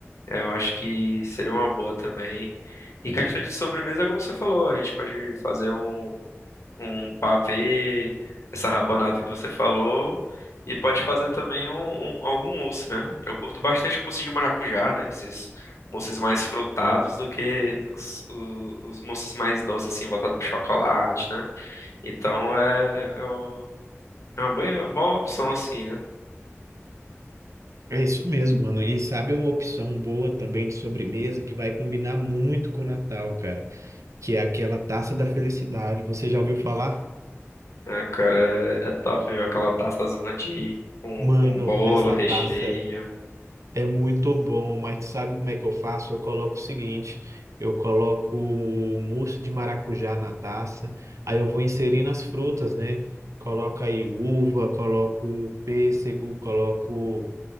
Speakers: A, on the left; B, on the right.
A: eu acho que seria uma boa também. E questão de sobremesa, como você falou, a gente pode fazer um um pavê, essa rabanada que você falou, e pode fazer também um, um- algum mousse, né? Eu curto bastante mousse de maracujá, né? Esses mousses mais frutados do que os, o- os mousses mais doces, assim, voltados pro chocolate, né? Então é, é o- é uma boa, boa opção, assim, né?
B: É isso mesmo, mano. E sabe uma opção boa também de sobremesa que vai combinar muito com o Natal, cara, que é aquela taça da felicidade. Você já ouviu falar?
A: Ah, cara, é, é top ver aquela taçazona de... Com,
B: Mano,
A: com bolo,
B: essa
A: recheio.
B: taça É muito bom, mas tu sabe como é que eu faço? Eu coloco o seguinte, eu coloco o mousse de maracujá na taça, aí eu vou inserindo as frutas, né? Coloco aí uva, coloco pêssego, coloco